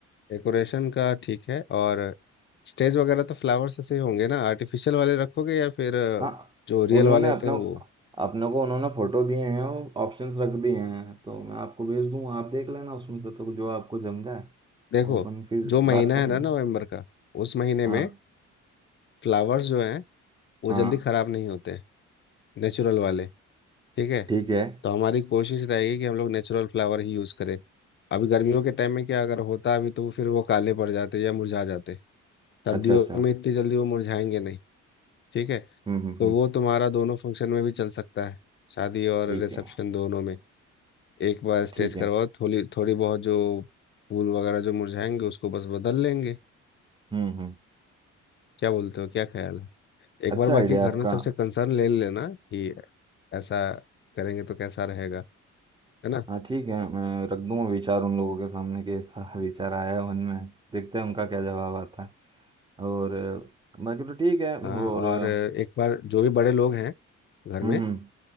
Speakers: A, on the left (about 40°); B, on the right (about 15°).
A: डेकोरेशन का ठीक है और स्टेज वगैरह तो फ्लावर्स ऐसे ही होंगे ना आर्टिफिशियल वाले रखोगे या फिर अ,
B: हाँ
A: जो रियल
B: उन्होंने
A: वाले होते
B: अपना
A: हैं वो
B: अपने को उन्होंने फोटो दिए हैं और ऑप्शंस रख दिए हैं तो मैं आपको भेज दूंगा आप देख लेना उसमें से तो जो आपको जम जाए
A: देखो
B: वो अपन फिर
A: जो महीना
B: बात करेंगे
A: है ना नवंबर का उस महीने
B: हाँ
A: में फ्लावर्स जो हैं वो
B: हाँ
A: जल्दी खराब नहीं होते हैं नेचुरल वाले ठीक है
B: ठीक है
A: तो हमारी कोशिश रहेगी कि हम लोग नेचुरल फ्लावर ही यूज़ करें अभी गर्मियों के टाइम में क्या अगर होता अभी तो फिर वो काले पड़ जाते या मुरझा जाते सर्दियों
B: अच्छा अच्छा
A: में इतनी जल्दी वो मुरझाएंगे नहीं ठीक है
B: हम्म हम्म
A: तो
B: हम्म
A: वो तुम्हारा दोनों फंक्शन में भी चल सकता है शादी और
B: ठीक
A: रिसेप्शन
B: है
A: दोनों में एक बार स्टेच
B: ठीक
A: करवाओ
B: है
A: थोड़ी थोड़ी बहुत जो फूल वगैरह जो मुरझाएंगे उसको बस बदल लेंगे
B: हम्म हम्म
A: क्या बोलते हो क्या ख्याल है एक
B: अच्छा
A: बार बाकी
B: आइडिया
A: घर
B: आपका
A: में सबसे कंसर्न ले लेना कि ऐसा करेंगे तो कैसा रहेगा है ना
B: हाँ ठीक है मैं रख दूंगा विचार उन लोगों के सामने कि ऐसा <laughs> विचार आया है मन में देखते हैं उनका क्या जवाब आता है और अ, बाकी तो ठीक है और
A: हाँ और
B: अ,
A: एक बार जो भी बड़े लोग हैं घर
B: हम्म
A: में
B: हम्म,